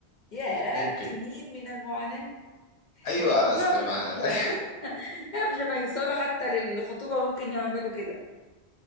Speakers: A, on the left; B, on the left.
A: يا
B: ممكن
A: سنين من المعاناة
B: أيوة
A: ده بيعملوها
B: أصل
A: في
B: ما
A: الخطوبة
B: <laughs>
A: اساسا قبل ما يوصلوا حتى للخطوبة ممكن يعملوا كده